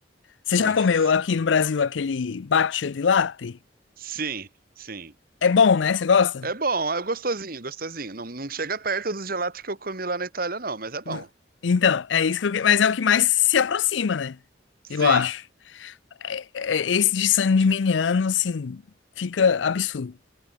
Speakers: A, on the left (about 85°); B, on the right (about 50°).
A: Você
B: Nossa.
A: já comeu aqui no Brasil aquele batida de latte?
B: Sim, sim.
A: É bom, né? Você gosta?
B: É bom, é gostosinho, gostosinho. Não, não chega perto dos gelatos que eu comi lá na Itália, não, mas é bom.
A: N- Então, é isso que eu... que- Mas é o que mais se aproxima, né?
B: Sim,
A: Eu acho. é, Esse de San Gimignano, assim, fica absurdo.